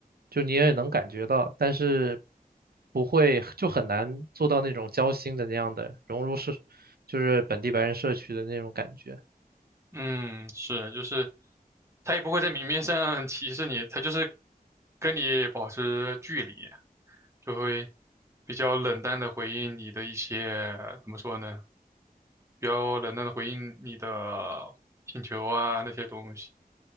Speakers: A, on the right (about 80°); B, on the right (about 20°).
A: 就你也能感觉到，但是不会就很难做到那种交心的那样的融入社，就是本地白人社区的那种感觉。
B: 嗯，是，就是他也不会在明面上 <laughs> 歧视你，他就是跟你保持距离，就会比较冷淡的回应你的一些，怎么说呢？比较冷淡的回应你的请求啊那些东西。